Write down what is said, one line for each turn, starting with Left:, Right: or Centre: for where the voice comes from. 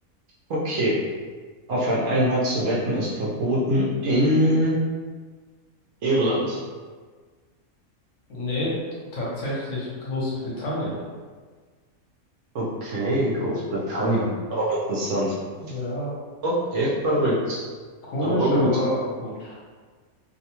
Right: okay, auf ein Einhorn zu wetten ist verboten in Irland.
Left: Nee, tatsächlich Großbritannien.
Right: Okay, Großbritannien. Auch interessant.
Left: Ja,
Right: Okay, verrückt.
Left: komisch,
Right: Aber
Left: aber
Right: gut.
Left: gut.